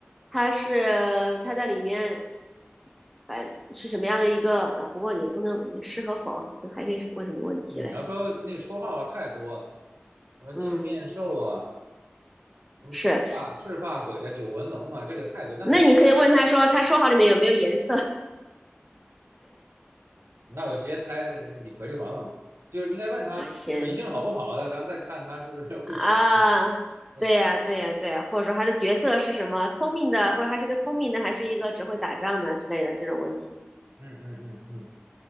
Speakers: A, in the centre; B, on the right (about 80°).
A: 他是他在里面，反正是什么样的一个啊？不过也不能是和否，还可以问什么问题嘞？
B: 你要说那个绰号啊，太多了，什么青面兽啊，
A: 嗯，
B: 什么赤发赤发鬼啊，
A: 是，
B: 九纹龙啊，这个太多。那
A: 那你可以问他说他绰号里面有没有颜色
B: 那我直接猜李逵就完了嘛，就是应该问他水性好不好的，
A: <laughs> 啊？行，
B: 咱再看他是不是会水。
A: 啊，
B: 会水
A: 对呀，对呀，对呀，或者说他的角色是什么？聪明的，或者他是一个聪明的，还是一个只会打仗的之类的这种问题，
B: 嗯嗯嗯嗯。